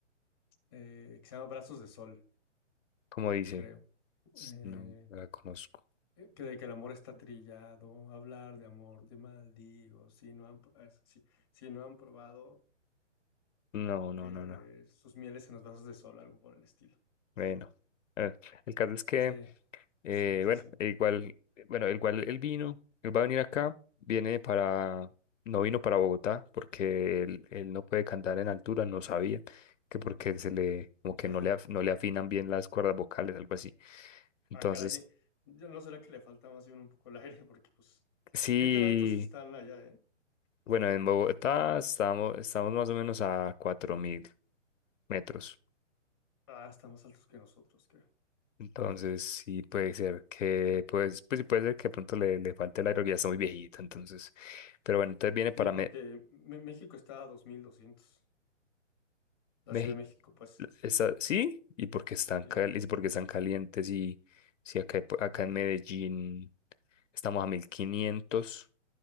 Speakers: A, on the left; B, on the left.
A: eh, que se llama Brazos de Sol,
B: ¿cómo dice?
A: creo.
B: S-
A: Eh,
B: No, no la conozco.
A: eh, que de que el amor está trillado, hablar de amor, te maldigo, si no han, pro- ah, es- sí, si no han probado.
B: No, no,
A: eh,
B: no, no.
A: sus mieles en los brazos de sol, algo por el estilo.
B: Bueno, eh, el caso es que
A: Sí,
B: Eh,
A: sí, sí,
B: bueno,
A: sí.
B: el cual, bueno, el cual él vino, él va a venir acá, viene para, no vino para Bogotá, porque él, él no puede cantar en altura, no sabía, que porque se le, como
A: Ok.
B: que no le, af- no le afinan bien las cuerdas vocales, algo así. Entonces,
A: Ah, caray. Yo no será que le falta más bien un poco el aire, porque pues,
B: sí,
A: ¿qué tan altos están allá, eh?
B: bueno, en Bogotá estamos, estamos más o menos a 4.000 metros.
A: Ah, están más altos que nosotros, creo.
B: Entonces, sí puede ser que, pues, pues sí puede ser que de pronto le, le falte el aire, porque ya está muy viejito, entonces. Pero bueno, entonces viene
A: Sí,
B: para
A: porque Me- México está a 2200 la
B: México.
A: Ciudad de México, pues.
B: Esa- sí, y porque están,
A: Sí.
B: cal- y porque están calientes y si acá, acá en Medellín estamos a 1500